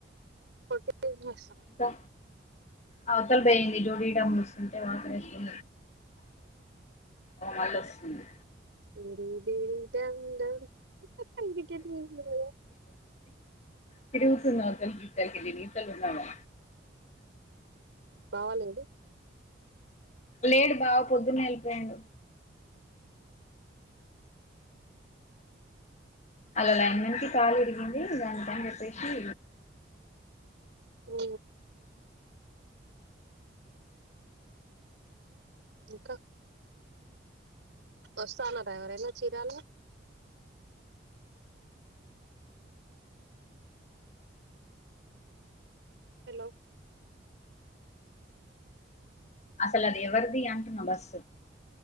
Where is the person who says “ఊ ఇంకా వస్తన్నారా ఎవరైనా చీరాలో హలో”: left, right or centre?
Right